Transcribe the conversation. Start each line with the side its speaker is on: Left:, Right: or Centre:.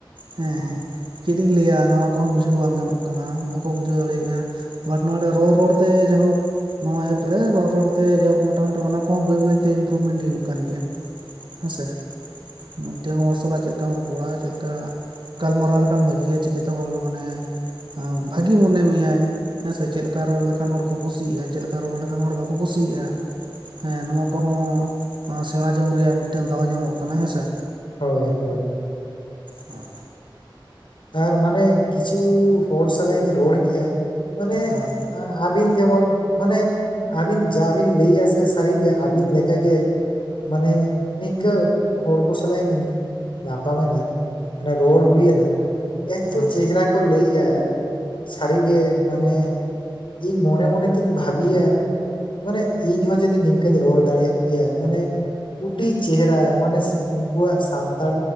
Right: ᱦᱮᱸ ᱪᱮᱫ ᱤᱧ ᱞᱟᱹᱭᱟ ᱱᱚᱣᱟ ᱠᱚᱦᱚᱸ ᱵᱩᱡᱷᱟᱹᱣ ᱵᱟᱝ ᱜᱟᱱᱚᱜ ᱠᱟᱱᱟ ᱵᱟᱠᱚ ᱵᱩᱡᱷᱟᱹᱣ ᱫᱟᱲᱮᱭᱟᱜᱼᱟ ᱵᱟᱴ ᱱᱚᱰᱮ ᱨᱚᱲ ᱨᱚᱲᱛᱮ ᱡᱟᱦᱳᱠ- ᱱᱚᱣᱟ ᱮᱯᱨᱮ ᱨᱚᱲ ᱨᱚᱲᱛᱮ ᱡᱟᱦᱳᱠ ᱢᱚᱴᱟᱢᱩᱴᱤ ᱚᱱᱟ ᱠᱚᱦᱚᱸ ᱵᱟᱹᱭ ᱵᱟᱹᱭᱛᱮ ᱤᱢᱯᱨᱩᱵᱷᱢᱮᱱᱴ ᱦᱩᱭᱩᱜ ᱠᱟᱱ ᱜᱮᱭᱟ ᱦᱮᱸᱥᱮ ᱢᱤᱫᱴᱮᱱ ᱦᱚᱲ ᱥᱟᱞᱟᱜ ᱪᱮᱞ ᱠᱟᱢ ᱨᱚᱯᱚᱲᱟ ᱪᱮᱫ ᱞᱮᱠᱟ ᱜᱟᱞᱢᱟᱨᱟᱣ ᱞᱮᱠᱷᱟᱱ ᱵᱷᱟᱹᱜᱤᱜᱼᱟ ᱪᱤᱠᱟᱹᱛᱮ ᱦᱚᱲ ᱢᱟᱱᱮ ᱦᱟ ᱵᱷᱟᱜᱤ ᱢᱚᱱᱮ ᱢᱮᱭᱟᱭ- ᱦᱮᱸ ᱥᱮ ᱪᱮᱫ ᱞᱮᱠᱟ ᱨᱚᱲ ᱞᱮᱠᱷᱟᱱ ᱦᱚᱲ ᱠᱚ ᱠᱩᱥᱤᱭᱟᱜᱼᱟ ᱪᱮᱫ ᱞᱮᱠᱟ ᱨᱚᱲ ᱞᱮᱠᱷᱟᱱ ᱦᱚᱲ ᱵᱟᱠᱚ ᱠᱩᱥᱤᱭᱟᱜᱼᱟ ᱦᱮᱸ ᱱᱚᱣᱟ ᱠᱚᱦᱚᱸ ᱥᱮᱬᱟ ᱡᱚᱝ ᱨᱮᱭᱟᱜ ᱢᱤᱫᱴᱮᱱ ᱫᱟᱣ ᱧᱟᱢᱚᱜ ᱠᱟᱱᱟ ᱦᱮᱸᱥᱮ
Left: ᱦᱚᱭ ᱦᱚᱭ
Right: ᱦᱮᱸ
Left: ᱟᱨ ᱢᱟᱱᱮ ᱠᱤᱪᱷᱩ ᱦᱚᱲ ᱥᱟᱞᱟᱜ ᱤᱧ ᱨᱚᱲ ᱠᱮᱭᱟ ᱢᱟᱱᱮ
Right: ᱦᱮᱸ
Left: ᱟ ᱟᱹᱵᱤᱱ ᱡᱮᱢᱚᱱ ᱢᱟᱱᱮ ᱟᱹᱵᱤᱱ ᱡᱟ ᱵᱤᱱ ᱞᱟᱹᱭᱟ ᱥᱮ ᱥᱟᱹᱨᱤ ᱜᱮ ᱟᱹᱵᱤᱱ ᱞᱮᱠᱟ ᱜᱮ ᱢᱟᱱᱮ ᱱᱤᱝᱠᱟᱹ ᱦᱚᱲ ᱠᱚ ᱥᱟᱞᱟᱜ ᱤᱧ ᱧᱟᱯᱟᱢ ᱮᱱᱟ, ᱢᱟᱱᱮ ᱨᱚᱲ ᱦᱩᱭ ᱮᱱᱟ ᱮᱛᱚ
Right: ᱦᱮᱸ
Left: ᱪᱮᱦᱨᱟ ᱠᱚ ᱞᱟᱹᱭᱮᱜᱼᱟ ᱥᱟᱹᱨᱤ ᱜᱮ ᱢᱟᱱᱮ ᱤᱧ ᱢᱚᱱᱮ ᱢᱚᱱᱮ ᱛᱤᱧ ᱵᱷᱟᱹᱵᱤᱭᱟ ᱢᱟᱱᱮ ᱤᱧ ᱦᱚ ᱡᱩᱫᱤ ᱱᱤᱝᱠᱟᱹᱧ ᱨᱚᱲ ᱫᱟᱲᱮᱭᱟᱜ ᱠᱮᱭᱟ ᱢᱟᱱᱮ ᱩᱰᱤ ᱪᱮᱦᱨᱟ ᱢᱟᱱᱮ ᱩᱱᱠᱩᱣᱟᱜ ᱥᱟᱱᱛᱟᱲ